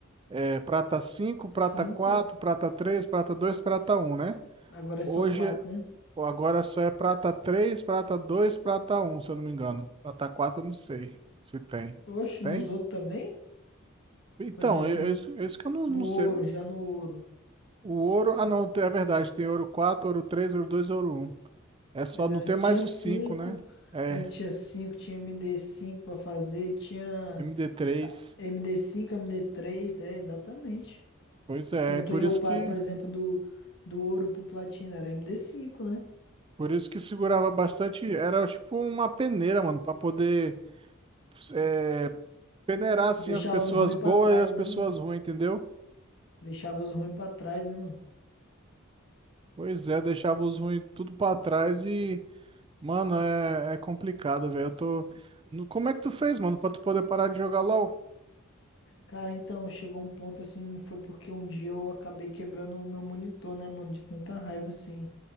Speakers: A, on the right; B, on the left.
A: é, prata cinco
B: Cinco,
A: prata quatro prata três prata dois prata um né?
B: agora é
A: Hoje,
B: só quatro, né?
A: agora só é prata três prata dois prata um se eu não me engano. Prata 4 eu não sei se tem.
B: Hoje
A: Tem?
B: nos outro também,
A: Então,
B: por exemplo
A: eu-
B: no
A: eu- isso isso que eu não,
B: No
A: não
B: ouro,
A: sei.
B: já no ouro.
A: O ouro. Ah, não, é verdade. Tem ouro quatro ouro três ouro dois ouro um É só
B: Pois
A: não
B: é, antes
A: ter mais
B: tinha cinco.
A: o cinco né? É,
B: Antes tinha cinco, tinha md cinco pra fazer, tinha
A: md três
B: ah, MD5, md três, é, exatamente.
A: Pois é,
B: Quando
A: por
B: tu ia
A: isso
B: upar,
A: que.
B: por exemplo, do, do ouro pro platina, era md cinco, né?
A: Por isso que segurava bastante. Era tipo uma peneira, mano, pra poder é, peneirar assim
B: Deixava
A: as pessoas
B: os ruins
A: boas
B: pra trás,
A: e as pessoas
B: né, mano?
A: ruins, entendeu?
B: Deixava os ruins pra trás, né, mano?
A: Pois é, deixava os ruins tudo pra trás e Mano, é, é complicado, velho. Eu tô. no- Como é que tu fez, mano, pra tu poder parar de jogar LOL?
B: Cara, então, chegou um ponto assim, foi porque um dia eu acabei quebrando o meu monitor, né, mano? De tanta raiva, assim.